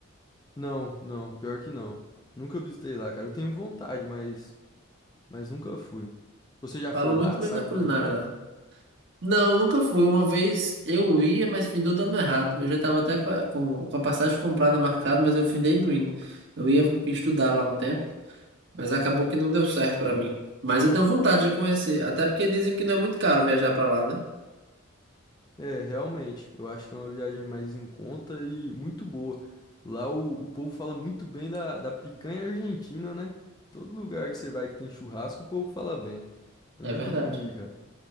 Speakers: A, on the left; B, on the right.
A: Não, não, pior que não. Nunca visitei lá, cara. Eu tenho vontade, mas, mas nunca fui. Você já
B: Falam
A: foi
B: muito
A: lá?
B: bem
A: Sabe
B: da culinária
A: como é que é?
B: lá. Não, nunca fui. Uma vez eu ia, mas findou dando errado. Eu já estava até com a, com- com a passagem comprada marcada, mas eu findei não indo. Eu ia estudar lá um tempo, mas acabou que não deu certo para mim. Mas eu tenho vontade de conhecer, até porque dizem que não é muito caro viajar para lá, né?
A: É, realmente. Eu acho que é uma viagem mais em conta e muito boa. Lá o, o povo fala muito bem da, da picanha argentina, né? Todo lugar que você vai que tem churrasco, o povo fala bem. Eu nunca
B: É verdade.
A: comi, cara.